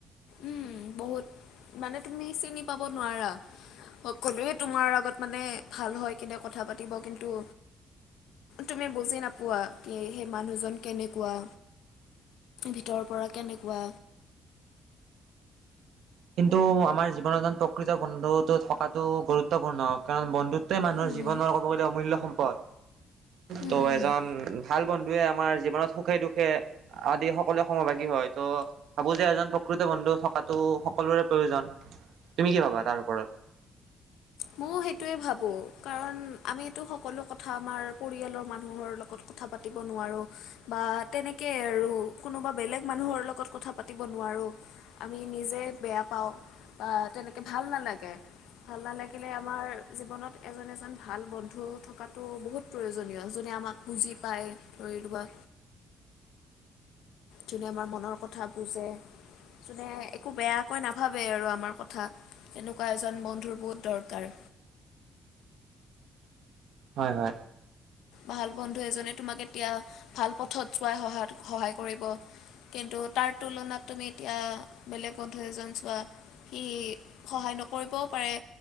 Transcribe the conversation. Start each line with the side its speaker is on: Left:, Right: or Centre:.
Left: উম বহুত মানে তুমি চিনি পাব নোৱাৰা সকলোৱে তোমাৰ আগত মানে ভাল হয় কিনে কথা পাতিব কিন্তু তুমি বুজি নাপোৱা কি সেই মানুহজন কেনেকুৱা ভিতৰৰ পৰা কেনেকুৱা।
Right: কিন্তু আমাৰ জীৱনত এন প্ৰকৃত বন্ধুতটো থকাটো গুৰুত্বপূৰ্ণ কাৰণ বন্ধুতোৱে মানুহৰ
Left: উম
Right: জীৱনৰ ক'ব গ'লে অমূল্য সম্পদ।
Left: উম
Right: ত' এজন ভাল। বন্ধুৱে আমাৰ জীৱনত সুখে দুখে আদি সকলোৱে সমভাগী হয় ত ভাবো যে এজন প্ৰকৃত বন্ধু থকাতো। সকলোৰে প্ৰয়োজন। তুমি কি পাবা তাৰ ওপৰত।
Left: ময় সেইটোৱে ভাবো কাৰণ। আমি এইটো সকলো কথা আমাৰ পৰিয়ালৰ মানুহৰ লগত। কথা পাতিব নোৱাৰো বা তেনেকেই আৰু। কোনোবা বেলেগ মানুহৰ লগত কথা পাতিব নোৱাৰোঁ। আমি নিজে। বেয়া পাও বা তেনেকে ভাল নালাগে ভাল নালাগে। তাৰ জীৱনত এজন এজন। ভাল বন্ধু থকাতটো বহুত। প্ৰয়োজনীয় যনে আমাক বুজি পায় ধৰি লোৱা। যোনে আমাৰ মনৰ কথা বুজে যোনে একো বেয়াকৈ নাভাবে আৰু আমাৰ কথা তেনেকুৱা এজন বন্ধুৰ বহুত দৰকাৰ।
Right: হয় হয়।
Left: ভাল বন্ধু এজনে তোমাক এতিয়া ভাল পথত চোৱাই সহ সহায় কৰিব কিন্তু তাৰ তুলনাত তুমি এতিয়া বেলেগ বন্ধু এজন চোৱা সি সহায় নকৰিবও পাৰে